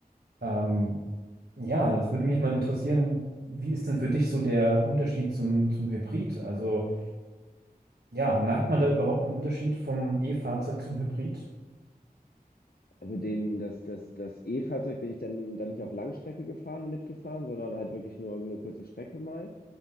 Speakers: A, on the right (about 90°); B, on the left (about 70°).
A: Ähm, ja, es würde mich mal interessieren, wie ist denn für dich so der Unterschied zum, zum Hybrid? Also, ja, merkt man da überhaupt einen Unterschied vom E-Fahrzeug zum Hybrid?
B: Also den, das, das, das E-Fahrzeug bin ich dann, dann nicht auf Langstrecke gefahren, mitgefahren, sondern halt wirklich nur, nur kurze Strecke mal.